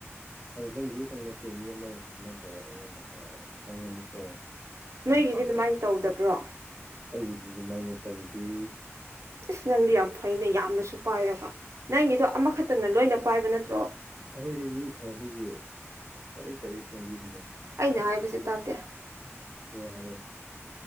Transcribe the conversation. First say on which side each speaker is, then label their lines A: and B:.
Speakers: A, on the right; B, on the right.
A: ꯑꯗꯣ ꯅꯪꯒꯤꯗ ꯈꯛ ꯅꯠꯇꯦ ꯃꯤ ꯑꯃꯒꯤ ꯁꯨꯃꯥꯏꯟ ꯇꯧꯋꯦ ꯑꯩꯉꯣꯟꯗ ꯍꯪꯉꯛꯑꯦ ꯈꯪꯉꯅꯤꯀꯣ ꯌꯥꯝ
B: ꯅꯣꯏꯒꯤꯗꯤ
A: ꯄꯥꯈꯠ
B: ꯑꯗꯨꯃꯥꯏꯅ ꯇꯧꯗꯕ꯭ꯔꯣ
A: ꯑꯩꯒꯤꯗꯤ ꯑꯗꯨꯃꯥꯏꯅ ꯇꯧꯗꯦ
B: ꯑꯁ ꯅꯪꯗꯤ ꯌꯥꯝ ꯐꯩꯅꯦ ꯌꯥꯝꯅꯁꯨ ꯄꯥꯏꯔꯀꯥ ꯅꯪꯒꯤꯗꯣ ꯑꯃꯈꯛꯇꯅ ꯂꯣꯏꯅ ꯄꯥꯏꯕ ꯅꯠꯇ꯭ꯔꯣ
A: ꯑꯩꯈꯣꯏꯗꯤ ꯃꯤ ꯐꯕꯒꯤ ꯇꯔꯦꯠ ꯇꯔꯦꯠ ꯆꯪꯕꯤꯕꯗꯣ
B: ꯑꯩꯅ ꯍꯥꯏꯕꯁꯦ ꯇꯥꯗꯦ
A: <unintelligible>